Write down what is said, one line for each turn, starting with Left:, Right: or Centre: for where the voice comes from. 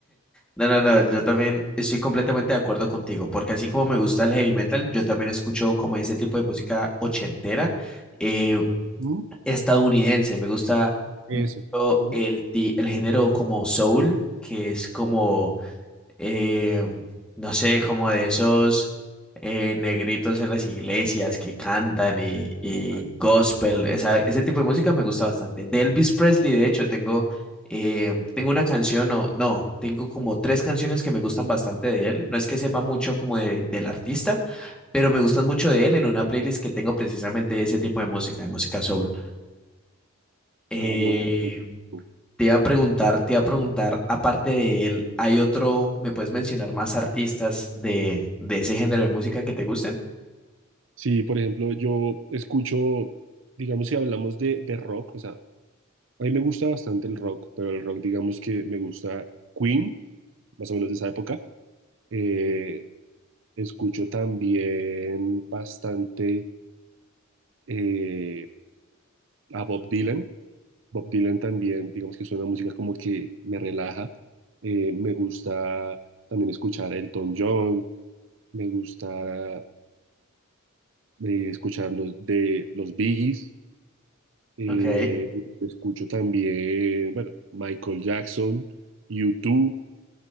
Centre: no, no, no, yo también estoy completamente de acuerdo contigo, porque así como me gusta el heavy metal, yo también escucho como ese tipo de música ochentera, eh,
Right: ¿Mm?
Centre: estadounidense, me gusta
Right: Eso.
Centre: mucho
Right: Ujú.
Centre: el, ti- el género como soul, que es como eh, no sé, como de esos eh, negritos en las iglesias que cantan y, y
Right: Exacto.
Centre: gospel, esa- ese tipo de música me gusta bastante. De Elvis Presley, de hecho, tengo, eh, tengo una canción, o no, tengo como tres canciones que me gustan bastante de él. No es que sepa mucho como de- del artista, pero me gustan mucho de él en una playlist que tengo precisamente de ese tipo de música, de música soul. Eh,
Right: Ah, no. no.
Centre: te iba a preguntar, te iba a preguntar, aparte de él, ¿hay otro, me puedes mencionar más artistas de, de ese género de música que te gusten?
Right: Sí, por ejemplo, yo escucho, digamos, si hablamos de, de rock, o sea, a mí me gusta bastante el rock, pero el rock, digamos que me gusta Queen, más o menos de esa época. Eh, escucho también bastante eh, a Bob Dylan. Bob Dylan también, digamos que es una música como que me relaja. Eh, me gusta también escuchar Elton John. Me gusta eh, escuchar los de los Biggies. Eh,
Centre: Ok.
Right: escucho también, bueno, Michael Jackson, U2,